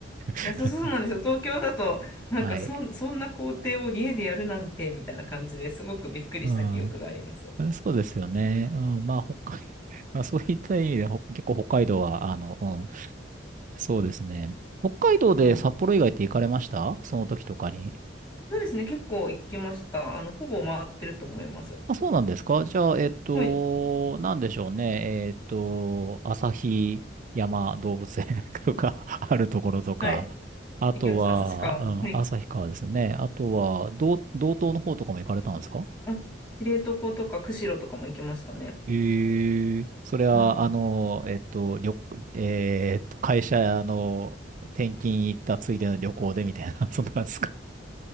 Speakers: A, on the right (about 45°); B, on the left (about 25°).
A: <laughs>
B: や、そうそうなんですよ。東京だと、なんかそん、
A: はい。
B: そんな工程を家でやるなんて、みたいな感じですごくびっくりした記憶があります。
A: うん。そうですよね。うん。まあ、北海、<laughs> まあ、そういった意味で、ほ結構北海道は、あの、うん、そうですね。北海道で札幌以外って行かれましたその時とかに。
B: うんそうですね、結構行きました。あの、ほぼ回ってると思います。
A: あ、そうなんですかじゃあ、えっと、
B: はい。
A: なんでしょうね。えっと、旭山動物園 <laughs> とかあるところとか、
B: はい。
A: あとは、
B: 行きました。旭川も。はい。
A: うん、旭川ですね。あとは、道、道東の方とかも行かれたんですか
B: あ、知床とか釧路とかも行きましたね。
A: ええそれは、
B: うんうん。
A: あの、えっと、旅、えーっと、会社の転勤行ったついでの旅行でみたいな、<laughs> そんな感じですか